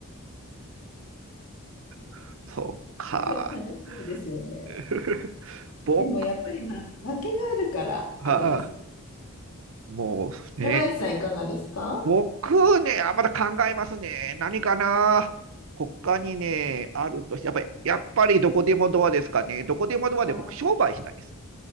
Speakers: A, on the right; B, on the left.
A: <laughs> そうか。
B: <laughs> 楽しそうですよね。
A: <laughs>
B: <laughs>
A: 僕、
B: でもやっぱり、ま、負けがあるから、
A: ああ、
B: あれです。
A: もうね、
B: 平林さん、いかがですか
A: 僕ね、あ、まだ考えますね。何かな。他にね、あるとし、やっぱり、やっぱりどこでもドアですかね。どこでもドアで僕、
B: あ
A: 商売したいです。